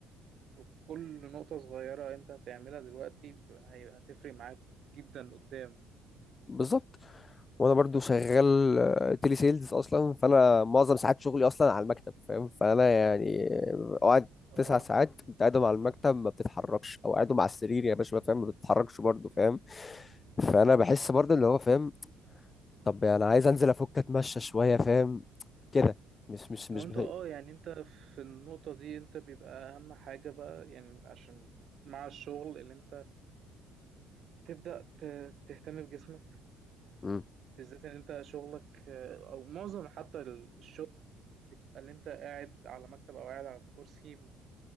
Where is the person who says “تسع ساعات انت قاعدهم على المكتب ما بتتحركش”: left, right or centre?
Left